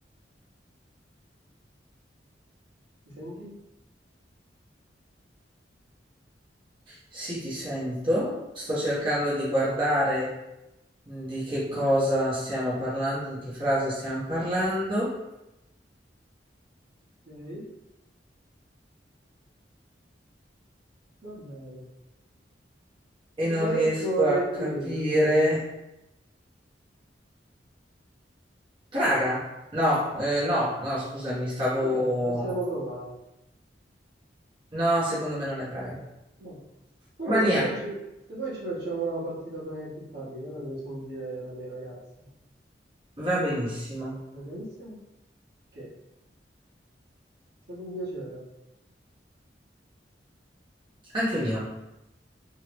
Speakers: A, on the right; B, on the right.
A: Mi senti?
B: Sì, ti sento. Sto cercando di guardare di che cosa stiamo parlando, di che frase stiamo parlando
A: Ok, va bene.
B: e non
A: Ma
B: riesco
A: io proverei
B: a
A: qui,
B: capire.
A: io proverei...
B: Praga?
A: qui.
B: No, eh, no, no, scusami, stavo...
A: Va bene, possiamo provare.
B: No, secondo me non è Praga.
A: No. Comunque,
B: Romania,
A: se poi, ci, se poi ci facciamo una partita bene più tardi, che ora devo sentire la mia ragazza,
B: va benissimo.
A: va benissimo? Ok, è stato un piacere.
B: Anche mio.